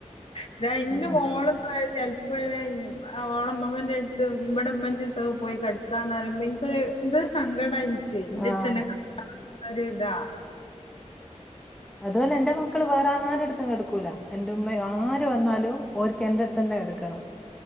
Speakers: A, on the left (about 50°); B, in the centre.
A: ഇതാ ഇന്റെ
B: ആഹ്
A: മോള് ഇപ്പയ്ന് ഓള് ഉമ്മന്റെ അടുത്ത് ഇവിടെ ഉമ്മൻ്റെ അടുത്ത് പോയി കടക്കാന്ന് പറയുമ്പോ എനിക്കൊരു എന്തരു സങ്കടം എനിക്ക് എന്റെ
B: ആഹ്
A: അടുത്തന്നെ കടത്തണംന്ന ഒരുതാ
B: അതുപോലെ എന്റെ മക്കള് വേറെ ആരടുത്തും കടുക്കൂല എന്റെ ഉമ്മയും ആര് വന്നാലും ഓര്ക്ക് ഏൻ്റെടുത്ത് തന്നെ കെടക്കണം